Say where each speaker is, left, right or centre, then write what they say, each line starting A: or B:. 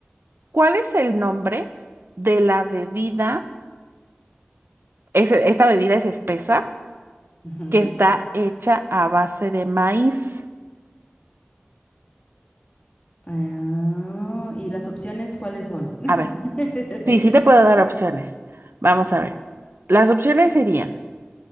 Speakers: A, on the right; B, on the left.
A: ¿cuál es el nombre de la bebida? Es- esta bebida es espesa
B: ujú.
A: que está hecha a base de maíz.
B: Ah, ¿y las opciones cuáles son? <laughs>
A: A ver, sí, sí te puedo dar opciones. Vamos a ver. Las opciones serían...